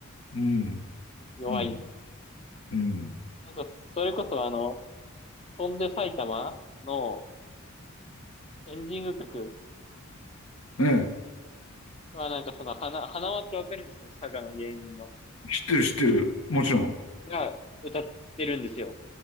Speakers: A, on the left (about 80°); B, on the left (about 30°).
A: うん、
B: 弱い。
A: うん、うん。
B: なんか、それこそあの、飛んで埼玉のエンディング曲
A: ね
B: はなんかその、花、花輪ってわかります佐賀の芸人の。
A: え、知ってる、知ってる。もちろん。
B: が歌ってるんですよ。